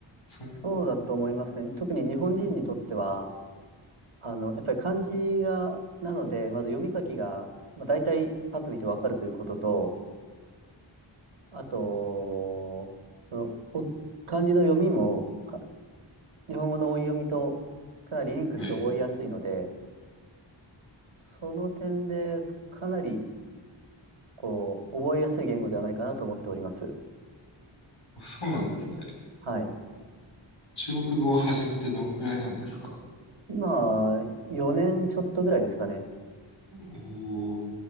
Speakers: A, on the left; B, on the right.
A: そ、
B: そうだと思いますね。特に日本人にとっては、あの、やっぱり漢字が、なので、まず読み書きが、まあ、大体パッと見てわかるということと、あと、その、お、漢字の読みも、か日本語の音読みとかなりリンクして覚えやすいので、
A: はい、
B: その点で、かなり、こう、覚えやすい言語ではないかなと思っております。
A: そうなんですね。
B: はい。
A: 中国語を始めてどんくらいなんですか
B: 今、4年ちょっとぐらいですかね。
A: おお